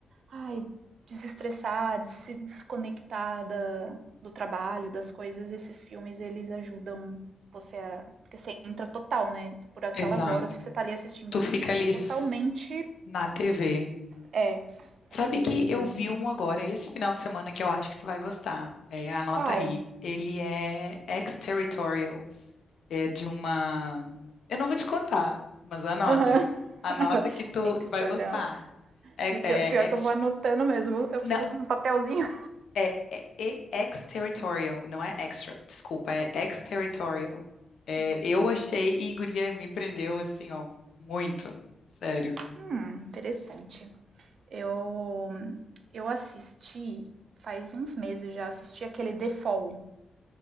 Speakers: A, on the right; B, on the left.
A: Ai, desestressar, de se desconectar da, do trabalho, das coisas, esses filmes eles ajudam você a. Porque você entra total, né? Por aquelas
B: exato.
A: horas que você tá ali assistindo,
B: Tu
A: você
B: fica
A: fica
B: ali
A: totalmente.
B: s- na TV.
A: É.
B: Sabe
A: E.
B: que eu vi um agora esse final de semana que eu acho que tu vai gostar. É, anota
A: Qual?
B: aí. Ele é ex-territorial. É de uma. Eu não vou te contar, mas anota.
A: Aham.
B: Anota
A: Uhum. <laughs>
B: que tu,
A: External.
B: tu vai gostar. É,
A: E o pior,
B: é
A: pior
B: ex.
A: que eu vou anotando mesmo, eu fico
B: Não,
A: com um papelzinho.
B: é, é, é ex-territorial, não é extra. Desculpa, é ex-territorial. É,
A: <laughs>
B: eu achei e guria me prendeu assim, ó, muito. Sério.
A: Hum, interessante. Eu, eu assisti, faz uns meses já, assisti aquele The Fall.